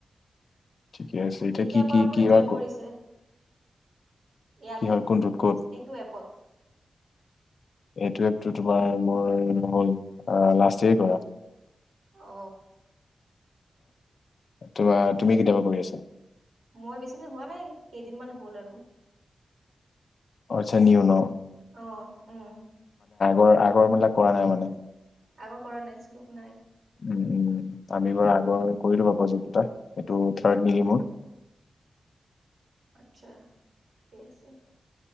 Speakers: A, on the left; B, on the right.
A: ঠিকে আছে এতিয়া
B: কেতিয়াৰ
A: কি
B: পৰা
A: কি
B: আপুনি
A: কি
B: জইন
A: ৰা ক
B: কৰিছে ইয়াতে
A: কি হ'ল কোনটোত ক'ত
B: এইটো এপত।
A: এইটো এপটো তোমাৰ মোৰ হ'ল লাষ্ট ইয়েৰ কৰা।
B: অ।
A: তোমা তুমি কেতিয়া পৰা কৰি আছা?
B: মই বেছিদিন হোৱা নাই কেইদিনমান হ'ল আৰু।
A: আচ্ছা নিউ ন।
B: অহ উম।
A: গৰ আগৰ মিলাক কৰা নাই মানে।
B: আগৰ কৰা নাইছিলো নাই।
A: উম উম আমি বাৰু আগৰ কৰিলো বা প্ৰজেক এইটো থাৰ্ড নেকি মোৰ।
B: আচ্ছা ঠিক আছে।